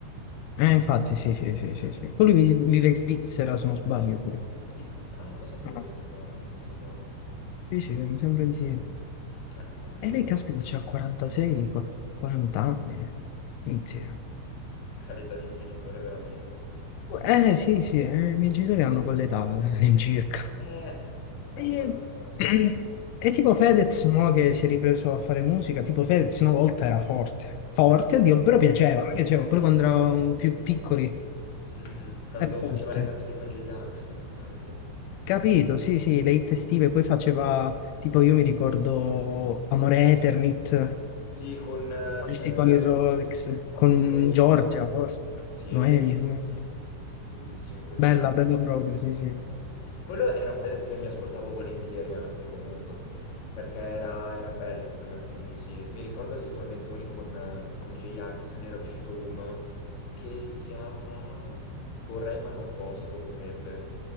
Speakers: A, on the left; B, on the left.
A: Eh, infatti, sì, sì, sì, sì,
B: Eh.
A: sì. Poi lui vi- vive in Svizzera, se non sbaglio, pure.
B: In Svizzera... Ah, non lo sapevo
A: Ah,
B: questa, questa cosa.
A: Sì, sì, mi sembra di sì.
B: Eh, è furbetto.
A: E lei, caspita, c'ha 46, 40 anni. Inizia.
B: <laughs> All'età di un genitore, veramente.
A: Eh, sì, sì, eh, i miei genitori hanno quell'età, eh, all'incirca.
B: Eh, infatti
A: E,
B: fa strano.
A: <clears throat> e
B: Perché-
A: tipo Fedez, mo che si è ripreso a fare musica, tipo Fedez una volta era forte. Forte, oddio,
B: Sì.
A: però piaceva, a me piaceva, pure quando eravamo più piccoli.
B: Mhm. Quando
A: È forte.
B: faceva le canzoni con J-Ax, anche.
A: Capito, sì, sì, le hit estive,
B: Sì.
A: poi faceva, tipo io mi ricordo Amore Eternit,
B: Sì, con, eh,
A: Moristi con il Rolex, con
B: con Noemi.
A: Giorgia, forse,
B: Sì,
A: Noemi,
B: è bellissimo.
A: Noemi.
B: Bellissime quelle
A: Bella,
B: lì.
A: bella proprio, sì, sì.
B: Mm. Quello era un Fedez che mi ascoltavo volentieri anche comunque, perché era- erano belle quelle canzoni lì, sì. Mi ricordo i tormentoni con, eh, con J-Ax, ne era uscito uno che si chiama Vorrei ma non posso, potrebbe,